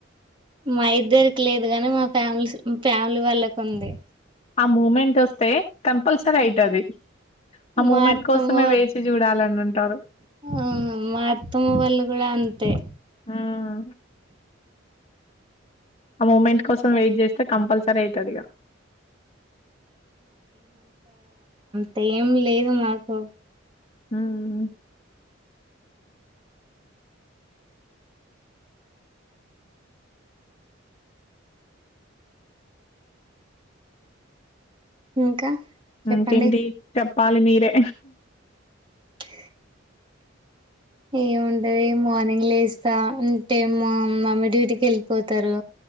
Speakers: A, on the right; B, on the left.
A: మా ఇద్దరికి లేదు గాని మా ఫ్యామిలీస్ ఫ్యామిలీ వాళ్ళకు ఉంది.
B: ఆ మూమెంట్ వస్తే కంపల్సరీ ఐతది. ఆ మూమెంట్
A: మా అత్తమ్మ
B: కోసమే వేచి చూడాలని ఉంటరు.
A: ఆ మా అత్తమ్మ వాళ్ళు కూడా అంతే.
B: హ్మ్ ఆ మూమెంట్ కోసం వెయిట్ చేస్తే కంపల్సరీ అయితది ఇగా.
A: అంతా ఏంలేదు మాకు.
B: హుమ్
A: ఇంకా చెప్పండి
B: ఇంకేంటి చెప్పాలి మీరే?
A: హ్ ఏముంటది మార్నింగ్ లేస్తా అంటే మా మమ్మీ డ్యూటీకి వెళ్ళిపోతరు.